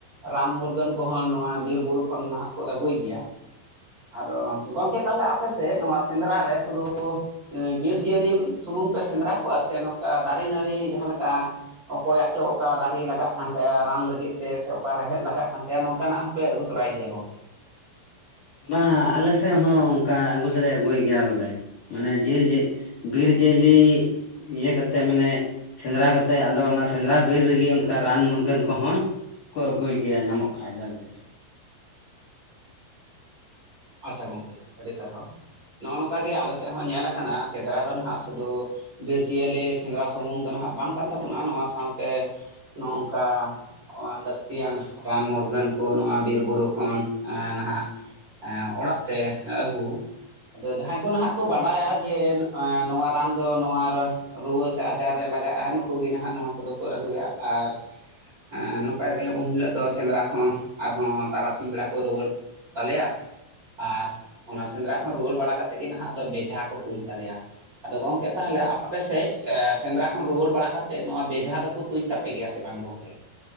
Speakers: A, on the right; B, on the left.
A: ᱨᱟᱱ ᱢᱩᱨᱜᱟᱹᱱ ᱠᱚᱦᱚᱸ ᱱᱚᱣᱟ ᱵᱤᱨ ᱵᱩᱨᱩ ᱠᱷᱚᱱ ᱱᱟᱦᱟᱜ ᱠᱚ ᱟᱹᱜᱩᱭ ᱜᱮᱭᱟ᱾ ᱟᱫᱚ ᱜᱚᱢᱠᱮ ᱛᱟᱦᱚᱞᱮ ᱟᱯᱮ ᱥᱮᱫ ᱱᱚᱣᱟ ᱥᱮᱸᱫᱽᱨᱟ ᱨᱮ ᱥᱩᱫᱩ ᱮᱸ ᱵᱤᱨ ᱡᱤᱭᱟᱹᱞᱤ ᱥᱩᱢᱩᱝ ᱯᱮ ᱥᱮᱸᱫᱽᱨᱟ ᱠᱚᱣᱟ ᱥᱮ ᱱᱚᱝᱠᱟ ᱫᱟᱨᱮ ᱱᱟᱹᱲᱤ ᱡᱟᱦᱟᱸᱠᱟ ᱚᱠᱚᱭᱟᱜ ᱛᱚ ᱚᱠᱟ ᱫᱟᱨᱮ ᱞᱟᱜᱟᱜ ᱠᱟᱱ ᱛᱟᱭᱟ ᱨᱟᱱ ᱞᱟᱹᱜᱤᱫ ᱛᱮ ᱥᱮ ᱚᱠᱟ ᱨᱮᱦᱮᱫ ᱞᱟᱜ ᱠᱟᱱ ᱛᱟᱭᱟ ᱱᱚᱝᱠᱟ ᱱᱟᱜ ᱦᱚᱸᱯᱮ ᱟᱹᱜᱩ ᱛᱚᱨᱟᱭ ᱜᱮᱭᱟ ᱜᱚᱝᱠᱮ? <inaudible>
B: ᱵᱟᱝ ᱟᱞᱮ ᱥᱮᱫ ᱦᱚᱸ ᱚᱱᱠᱟ ᱟᱹᱜᱩ ᱫᱚᱞᱮ ᱟᱹᱜᱩᱭ ᱜᱮᱭᱟ ᱵᱚᱞᱮ᱾ ᱢᱟᱱᱮ ᱡᱤᱞ ᱡᱮᱜ ᱵᱤᱨ ᱡᱤᱭᱟᱹᱞᱤ ᱤᱭᱟᱹ ᱠᱟᱛᱮᱫ ᱢᱟᱱᱮ ᱥᱮᱸᱫᱽᱨᱟ ᱠᱟᱛᱮᱜ ᱟᱫᱚ ᱚᱱᱟ ᱥᱮᱸᱫᱽᱨᱟ ᱵᱤᱨ ᱨᱮᱜᱮ ᱚᱱᱠᱟ ᱨᱟᱱ ᱢᱩᱨᱜᱟᱹᱱ ᱠᱚᱦᱚᱸ ᱠᱚ ᱟᱹᱜᱩᱭ ᱜᱮᱭᱟ ᱧᱟᱢᱚᱜ ᱠᱷᱟᱱ ᱫᱚ ᱮᱱᱛᱮ᱾
A: ᱟᱪᱪᱷᱟ ᱜᱚᱝᱠᱮ ᱟᱹᱰᱤ ᱥᱟᱨᱦᱟᱣ, ᱱᱚᱜ-ᱚ ᱱᱚᱝᱠᱟ ᱜᱮ ᱟᱞᱮ ᱥᱮᱫ ᱦᱚᱸ ᱧᱮᱞ ᱟᱠᱟᱱᱟ ᱥᱮᱸᱫᱽᱨᱟ ᱫᱚ ᱱᱟᱦᱟᱜ ᱥᱩᱫᱩ ᱵᱤᱨ ᱡᱤᱭᱟᱹᱞᱤ ᱥᱮᱸᱫᱽᱨᱟ ᱥᱩᱢᱩᱝ ᱫᱚ ᱱᱟᱦᱟᱜ ᱵᱟᱝ ᱠᱟᱱ ᱛᱟᱵᱚᱱᱟ ᱱᱚᱣᱟ ᱥᱟᱶᱛᱮ ᱱᱚ-ᱚᱝᱠᱟ ᱞᱟᱹᱠᱛᱤᱭᱟᱱ ᱨᱟᱱ ᱢᱩᱨᱜᱟᱹᱱ ᱠᱚ ᱱᱚᱣᱟ ᱵᱤᱨ-ᱵᱩᱨᱩ ᱠᱷᱚᱱ ᱮᱹ ᱱᱟᱦᱟᱜ ᱮᱸ ᱚᱲᱟᱜ ᱛᱮ ᱟᱹᱜᱩ ᱟᱫᱚ ᱡᱟᱦᱟᱸᱭ ᱠᱚ ᱱᱟᱦᱟᱜ ᱠᱚ ᱵᱟᱰᱟᱭᱟ ᱡᱮ ᱮᱸ ᱱᱚᱣᱟ ᱨᱟᱱ ᱫᱚ ᱱᱚᱣᱟᱨᱮ ᱨᱩᱣᱟᱹ ᱥᱮ ᱟᱡᱟᱨ ᱨᱮ ᱞᱟᱜᱟᱜᱼᱟ ᱱᱩᱠᱩ ᱜᱮ ᱱᱟᱦᱟᱜ ᱱᱚᱣᱟ ᱠᱚᱫᱚ ᱠᱚ ᱟᱹᱜᱩᱭᱟ᱾ ᱟᱨ ᱮᱸ ᱱᱚᱝᱠᱟ ᱜᱮ ᱩᱱ ᱦᱤᱞᱳᱜ ᱫᱚ ᱥᱮᱸᱫᱽᱨᱟ ᱠᱷᱚᱱ ᱟᱨᱦᱚᱸ ᱛᱟᱨᱟᱥᱤᱧ ᱵᱮᱲᱟ ᱠᱚ ᱨᱩᱣᱟᱹᱲ ᱛᱟᱞᱮᱭᱟ᱾ ᱟᱨ ᱚᱱᱟ ᱥᱮᱸᱫᱽᱨᱟ ᱠᱷᱚᱱ ᱨᱩᱣᱟᱹᱲ ᱵᱟᱲᱟ ᱠᱟᱛᱮᱫ ᱜᱮ ᱱᱟᱦᱟᱜ ᱟᱫᱚ ᱵᱮᱡᱷᱟ ᱠᱚ ᱛᱩᱧ ᱛᱟᱞᱮᱭᱟ᱾ ᱟᱫᱚ ᱜᱚᱝᱠᱮ ᱛᱟᱦᱚᱞᱮ ᱟᱯᱮ ᱥᱮᱡ ᱮ ᱥᱮᱸᱫᱽᱨᱟ ᱠᱷᱚᱱ ᱨᱩᱣᱟᱹᱲ ᱵᱟᱲᱟ ᱠᱟᱛᱮᱫ ᱱᱚᱣᱟ ᱵᱮᱡᱷᱟ ᱫᱚᱠᱚ ᱛᱩᱧ ᱛᱟᱯᱮ ᱜᱮᱭᱟ ᱥᱮ ᱵᱟᱝ ᱜᱚᱝᱠᱮ?